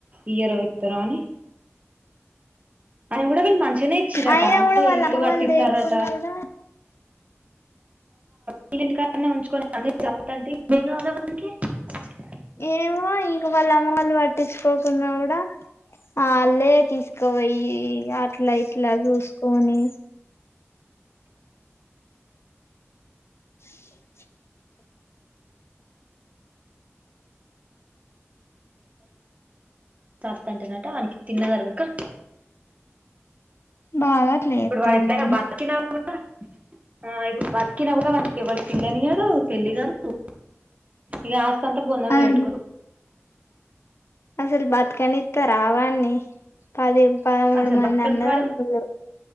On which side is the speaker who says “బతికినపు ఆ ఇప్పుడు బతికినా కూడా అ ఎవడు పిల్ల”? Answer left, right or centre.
Right